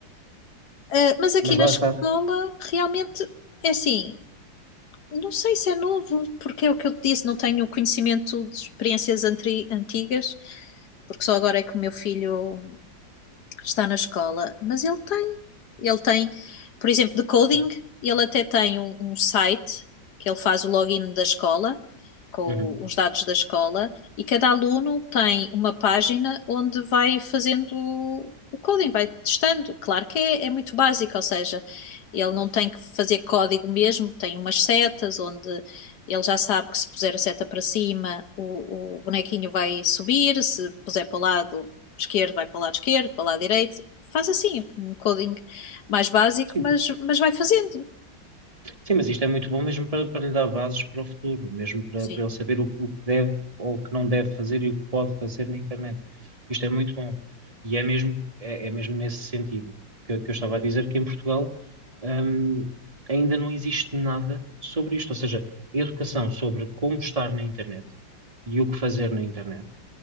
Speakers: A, on the left; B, on the right.
A: Eh, mas aqui
B: Mas
A: na
B: lá
A: escola,
B: está.
A: realmente, é assim, não sei se é novo, porque é o que eu te disse, não tenho conhecimento de experiências antri- antigas, porque só agora é que o meu filho está na escola, mas ele tem. Ele tem, por exemplo, de coding,
B: Certo.
A: ele até tem um, um site que ele faz o login da escola, com
B: Uhum.
A: os dados da escola, e cada aluno tem uma página onde vai fazendo o coding, vai testando. Claro que é, é muito básico, ou seja, ele não tem que fazer código mesmo, tem umas setas onde ele já sabe que se puser a seta para cima, o, o bonequinho vai subir, se puser para o lado, esquerdo vai para o lado esquerdo, para o lado direito. Faz assim, um coding mais básico,
B: Sim.
A: mas, mas vai fazendo.
B: Sim, mas isto é muito bom mesmo para, para lhe dar bases para o futuro, mesmo para,
A: Sim.
B: para ele saber o, o que deve ou o que não deve fazer e o que pode fazer na internet. Isto é muito bom. E é mesmo, é, é mesmo nesse sentido que, que eu estava a dizer que em Portugal, hum, ainda não existe nada sobre isto. Ou seja, educação sobre como estar na internet e o que fazer na internet